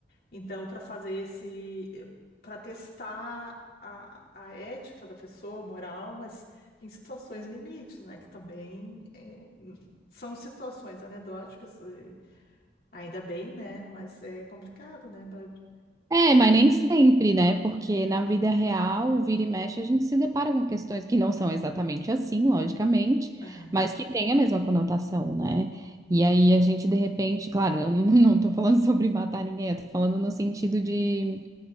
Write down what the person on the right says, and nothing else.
É, mas nem sempre, né? Porque na vida real, vira e mexe, a gente se depara com questões que não são exatamente assim, logicamente,
mas que têm a mesma conotação, né? E aí a gente, de repente, claro, eu não <laughs> não tô falando sobre matar ninguém, eu tô falando no sentido de,